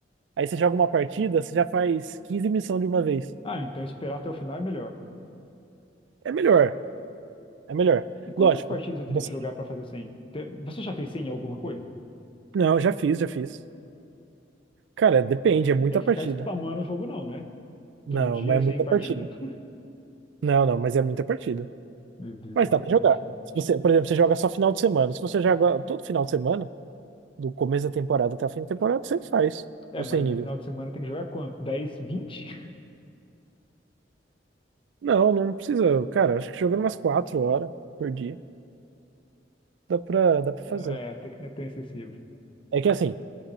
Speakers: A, on the right; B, on the left.
A: Aí você joga uma partida, você já faz 15 missões de uma vez.
B: Ah, então esperar até o final é melhor.
A: É melhor, é melhor.
B: E quantas
A: Lógico.
B: partidas eu teria
A: Você...
B: que jogar para fazer 100? Te- Você já fez 100 em alguma coisa?
A: Não, já fiz, já fiz. Cara, depende, é muita
B: Tem que
A: partida.
B: ficar spamando o jogo, não, né?
A: Não,
B: Todo dia
A: mas é muita
B: sem partida.
A: partida.
B: <laughs>
A: Não, não, mas é muita partida.
B: Meu Deus,
A: Mas
B: muita
A: dá pra
B: partida.
A: jogar. Se você, por exemplo, você joga só final de semana. Se você joga todo final de semana, do começo da temporada até o fim da temporada, você faz
B: É,
A: o
B: mas
A: 100 níveis.
B: no final de semana tem que jogar quanto? dez vinte <laughs>
A: Não, não precisa. Cara, acho que jogando umas 4 horas por dia, dá pra, dá pra
B: É,
A: fazer.
B: até que não é tão excessivo.
A: É que assim,